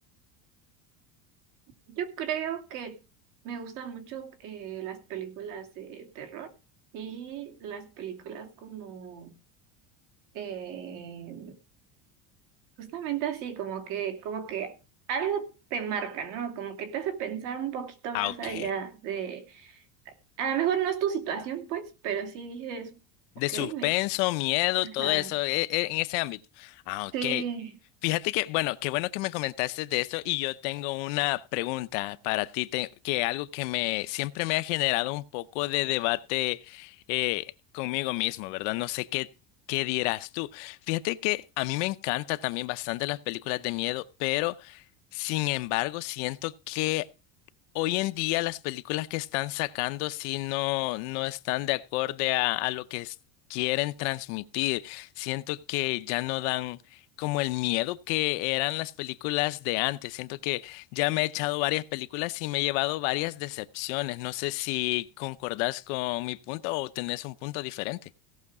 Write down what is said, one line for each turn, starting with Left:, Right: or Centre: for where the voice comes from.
Right: Yo creo que me gustan mucho eh, las películas de terror y las películas como eh, justamente así, como que, como que algo te marca, ¿no? Como que te hace pensar un poquito
Left: Ah,
Right: más
Left: ok.
Right: allá de, a lo mejor no es tu situación, pues, pero sí dices,
Left: De
Right: ok,
Left: suspenso,
Right: me,
Left: miedo,
Right: ajá,
Left: todo eso e- e- en ese ámbito. Ah, ok.
Right: sí.
Left: Fíjate que, bueno, qué bueno que me comentaste de esto y yo tengo una pregunta para ti, te- que algo que me siempre me ha generado un poco de debate eh, conmigo mismo, ¿verdad? No sé qué, qué dirás tú. Fíjate que a mí me encanta también bastante las películas de miedo, pero sin embargo siento que Hoy en día las películas que están sacando sí no, no están de acorde a, a lo que es- quieren transmitir. Siento que ya no dan como el miedo que eran las películas de antes. Siento que ya me he echado varias películas y me he llevado varias decepciones. No sé si concordás con mi punto o tenés un punto diferente.